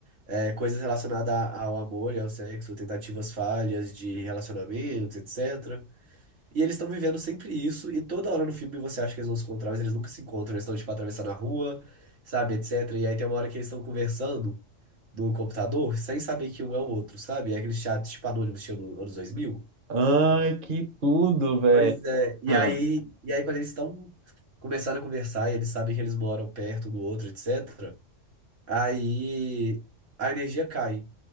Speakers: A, on the right; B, on the right.
A: é, coisas relacionadas ao amor e ao sexo, tentativas falhas de relacionamentos, etc. E eles estão vivendo sempre isso, e toda hora no filme você acha que eles vão se encontrar, mas eles nunca se encontram, eles estão, tipo, atravessando a rua, sabe, etc. E aí tem uma hora que eles estão conversando no computador, sem saber que um é o outro, sabe? É aquele chat, tipo, anônimo, estilo anos 2000.
B: Ai, que tudo, velho.
A: Pois é, e
B: Hum.
A: aí, e aí quando eles estão começando a conversar, e eles sabem que eles moram perto do outro, etc., aí a energia cai.